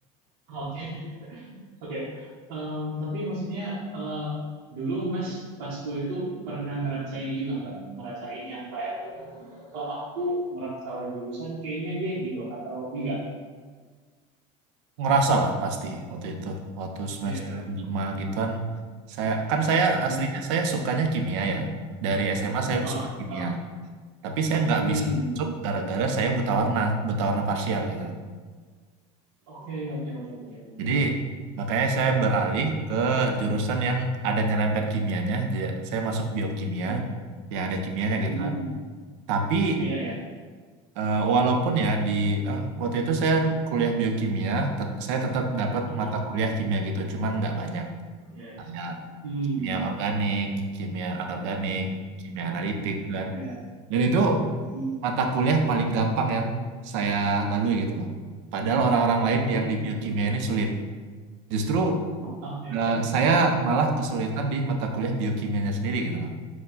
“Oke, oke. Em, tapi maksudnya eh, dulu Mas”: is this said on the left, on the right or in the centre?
Right